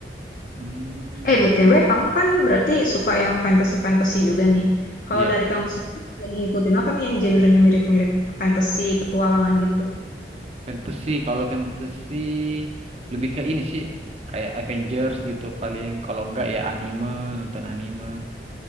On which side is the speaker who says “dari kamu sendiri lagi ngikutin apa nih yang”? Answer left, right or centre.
Left